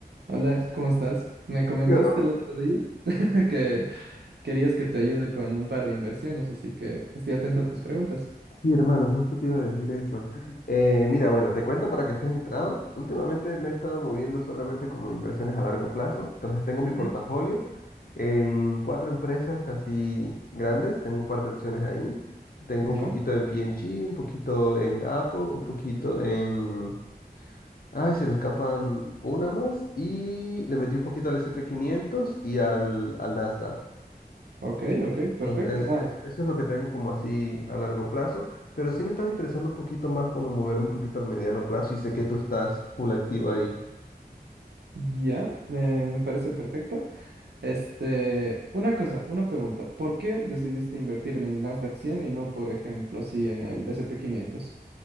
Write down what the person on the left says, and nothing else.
Yo,
Sí, hermano, justo te iba a decir eso. Eh, mira, bueno, te cuento para que estés entrado. Últimamente me he estado moviendo solamente como inversiones a largo plazo. Entonces tengo mi
portafolio en cuatro empresas así grandes. Tengo un par de acciones ahí. Tengo
un poquito en P&G, un poquito en Apple, un poquito en... Ay, se me escapan una más. Y le metí un poquito al S&P quinientos y al, al Nasdaq.
Entonces,
es- eso es lo que tengo como así a largo plazo, pero sí me estaba interesando un poquito más como moverme un poquito al mediano plazo y sé que tú estás full activo ahí.